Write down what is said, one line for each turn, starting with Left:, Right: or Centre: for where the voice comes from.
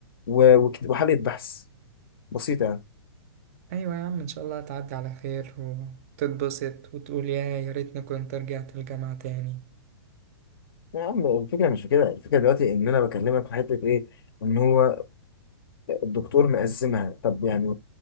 Left: و- وك- وحالة بحث بسيطة يعني
Right: أيوة يا عم إن شاء الله هتعدي على خير وتتبسط وتقول يا يا ريتني كنت رجعت الجامعة تاني
Left: يا عم الفكرة مش في كده الفكرة دلوقتي ان انا بكلمك في حتة ايه ان هو الدكتور مقسمها طب يعني